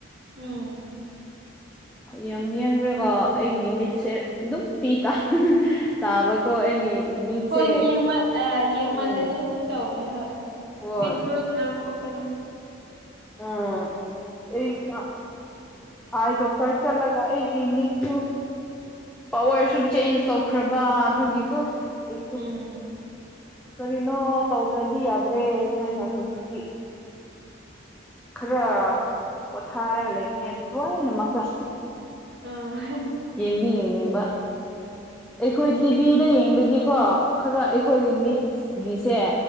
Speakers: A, on the right; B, in the centre.
A: ꯎꯝ
B: ꯌꯥꯝ ꯌꯦꯡꯈ꯭ꯔꯒ ꯑꯩꯒꯤ ꯃꯤꯠꯁꯦ ꯑꯗꯨꯝ ꯄꯤ ꯇ ꯇꯥꯕꯀꯣ ꯑꯩ ꯃꯤ ꯃꯤꯠꯁꯦ
A: ꯐꯣꯟ ꯌꯦꯡꯃ ꯌꯦꯡꯃꯜꯂꯗꯤ
B: ꯎꯝ
A: ꯑꯗꯨꯝ ꯇꯧꯕꯅꯤ ꯍꯣꯏ
B: ꯍꯣꯏ
A: ꯃꯤꯠ ꯂꯣꯏ ꯉꯥꯡꯊꯣꯛꯄꯅꯤ
B: ꯎꯝ ꯑꯩ ꯑ ꯑꯥꯏ ꯗꯣꯛꯇꯔ ꯆꯠꯂꯒ ꯑꯩꯒꯤ ꯃꯤꯠꯁꯨ ꯄꯋꯥꯔꯁꯨ ꯆꯦꯟꯖ ꯇꯧ ꯈ꯭ꯔꯕ ꯑꯗꯨꯒꯤꯀꯣ ꯑꯩꯁꯦ
A: ꯑꯣꯝ
B: ꯀꯔꯤꯅꯣ ꯇꯧꯗ꯭ꯔꯗꯤ ꯌꯥꯗ꯭ꯔꯦ ꯍꯥꯏꯅ ꯍꯧꯖꯤꯛꯛꯇꯤ ꯈꯔ
A: ꯍꯣꯏ
B: ꯄꯣꯊꯥꯔꯒ ꯂꯩꯅꯦ ꯑꯗꯨ ꯂꯥꯏꯅꯃꯛꯇ
A: ꯑ
B: ꯌꯦꯡꯗꯤ ꯌꯦꯡ ꯌꯦꯡꯕ ꯑꯩꯈꯣꯏ ꯇꯤꯚꯤꯗ ꯌꯦꯡꯕꯗꯤꯀꯣ ꯈꯔ ꯑꯩꯈꯣꯏꯒꯤ ꯃꯤꯠꯁ ꯒꯤꯁꯦ